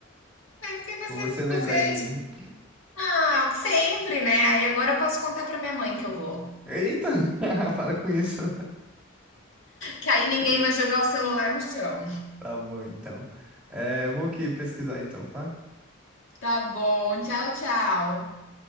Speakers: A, on the left (about 80°); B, in the centre.
A: É porque você,
B: Por você lembrar
A: você,
B: de mim.
A: ah, sempre, né? Aí agora eu posso contar pra minha mãe que eu vou.
B: Eita! <laughs> Para com isso.
A: Que aí ninguém vai jogar o celular no chão.
B: Tá bom, então. É, eu vou aqui pesquisar, então, tá?
A: Tá bom, tchau, tchau.